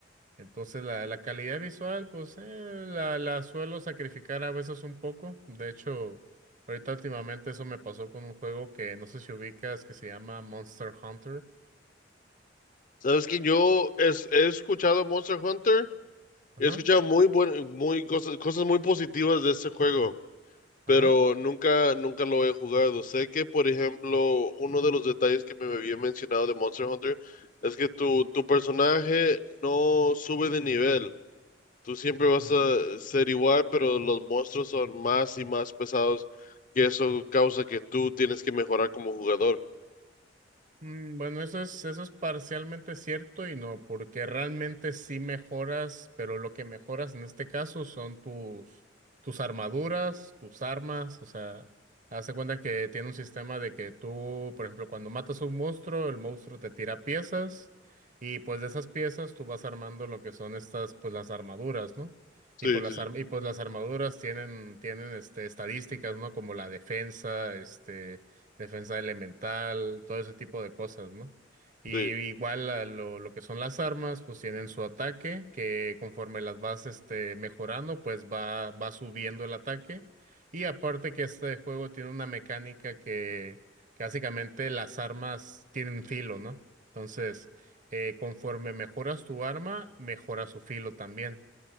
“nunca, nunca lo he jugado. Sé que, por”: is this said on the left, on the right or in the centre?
Left